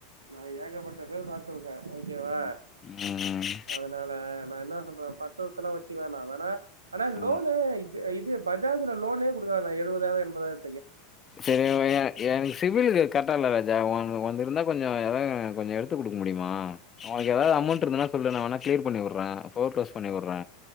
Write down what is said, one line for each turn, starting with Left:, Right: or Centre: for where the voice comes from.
Right: நா ஏகப்பட்ட பேர் பாத்துறுக்கே ஓகேவா
Left: ம் ம்
Right: அதுனால நா என்னா சொல்றே பத்தரத்தலா வச்சுக்க வேணா வேணா ஆனா லோனு
Left: ம்
Right: இது பஜாஜ்ல லோனே குடுக்க வேனா எழுவதாயிரோ எம்பதாயி
Left: சரி எ எனக்கு சிபிலிது கட்டல ராஜா ஒன்து ஒன்திருந்தா கொஞ்சோ <unintelligible> கொஞ்சோ எடுத்து குடுக்க முடிமா எதாவது அமௌண்ட் இருந்ததுன்னா சொல்லு நா வேனா க்ளியர் பண்ணி விற்றே ஃபோர் ப்ளஸ் பண்ணி விற்றே